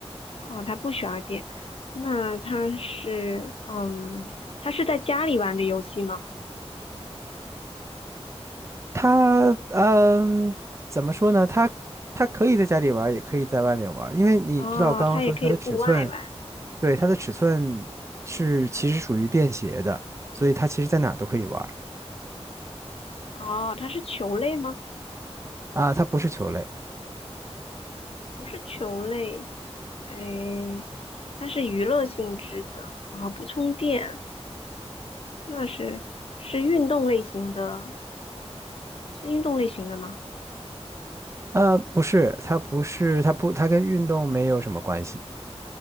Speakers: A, on the left; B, on the right.
A: 哦，他不需要电，那他是，嗯，他是在家里玩的游戏吗？
B: 它嗯，怎么说呢？它它可以在家里玩儿也可以在外面玩儿因为你知道我刚刚说它的尺寸，
A: 哦，他也可以户外玩。
B: 对，它的尺寸是其实属于便携的，所以它其实在哪儿都可以玩儿
A: 哦，它是球类吗？
B: 啊。它不是球类，
A: 它不是球类，哎，它是娱乐性质的，然后不充电，那是是运动类型的，是运动类型的吗？
B: 呃，不是，它不是，它不，它跟运动没有什么关系。